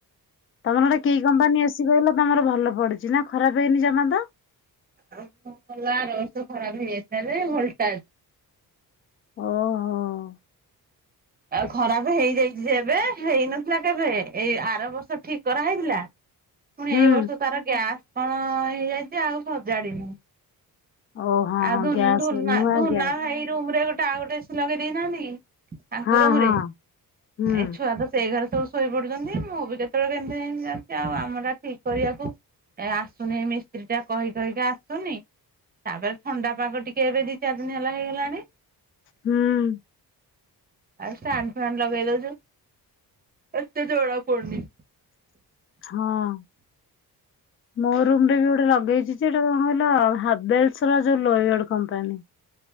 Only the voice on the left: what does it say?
ତମର ଗୋଟେ କି କମ୍ପାନୀ ଏ ସି କହିଲ, ତମର ଭଲ ପଡିଛି ନା ଖରାପ ହେଇନି ଜମା ତ!
ଓହୋ!
ହୁଁ
ଓ ହଁ
ହଁ
ଗ୍ୟାସ୍
ନୂଆ
ଗ୍ୟାସ୍
ହଁ
ହଁ
ହୁଁ।
ହୁଁ।
ହଁ। ମୋ ରୁମ୍ ରେ ବି ଗୋଟେ ଲଗେଇଛି ଯେ, ଏଟା କଣ କହିଲ, ହାବେଲସ୍ ର ଯୋ ଲୋୟଡ କମ୍ପାନୀ।